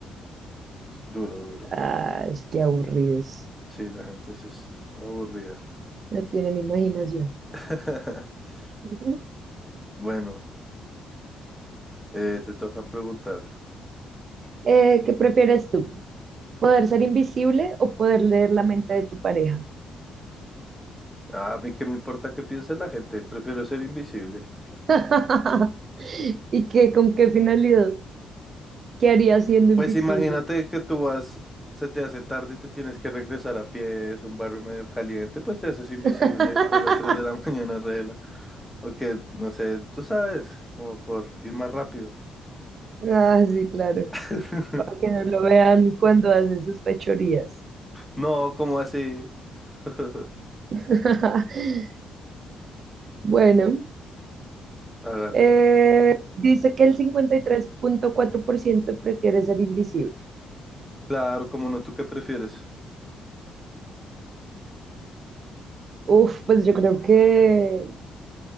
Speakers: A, in the centre; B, on the right.
A: Duro, duro.
B: Ay, qué aburridos.
A: Sí, la gente sí es aburrida.
B: No tienen imaginación.
A: <laughs>
B: <laughs> Ujú.
A: Bueno, eh, te toca preguntar.
B: Eh, ¿qué prefieres tú? ¿Poder ser invisible o poder leer la mente de tu pareja?
A: A mí qué me importa qué piense la gente, prefiero ser invisible.
B: <laughs> ¿Y qué, con qué finalidad? ¿Qué harías siendo invisible?
A: Pues imagínate que tú vas, se te hace tarde y te tienes que regresar a pie, es un barrio medio caliente, pues te haces invisible,
B: <laughs>
A: son las 3 de la <laughs> mañana, regla. O que, no sé, tú sabes, como por ir más rápido.
B: Ah, sí, claro.
A: <laughs>
B: Para que no lo vean cuando hace sus fechorías.
A: No, como así? <laughs>
B: <laughs> Bueno,
A: Hágale.
B: eh, dice que el 53.4% prefiere ser invisible.
A: Claro, como no, ¿tú qué prefieres?
B: Uf, pues yo creo que